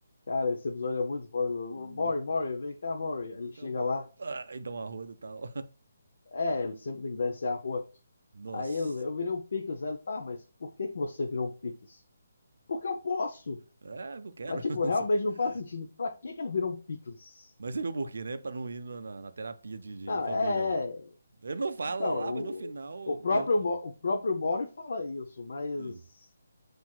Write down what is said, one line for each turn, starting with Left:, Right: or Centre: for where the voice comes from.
Left: Cara, esse episódio é muito foda. Mori,
Right: Muito.
Left: Mori, vem cá, Mori. Ele
Right: Vem
Left: chega
Right: cá, mole.
Left: lá.
Right: Ah, e dá uma roda e tal.
Left: É, ele sempre tem que dar esse arroto.
Right: <laughs> Nossa.
Left: Aí ele, eu virei um picles. Aí ele, tá, mas por que que você virou um picles? Porque eu posso.
Right: É, eu quero.
Left: Mas, tipo, realmente
Right: <laughs>
Left: não faz sentido. Pra que que ele virou um picles?
Right: Mas você viu por quê, né? Pra não ir na, na- na terapia de,
Left: Não,
Right: de família
Left: é.
Right: lá.
Left: é.
Right: Ele não fala
Left: Então,
Right: lá,
Left: o,
Right: mas no final
Left: o próprio,
Right: ele fala.
Left: Mo- o próprio Mori fala isso, mas,
Right: Sim.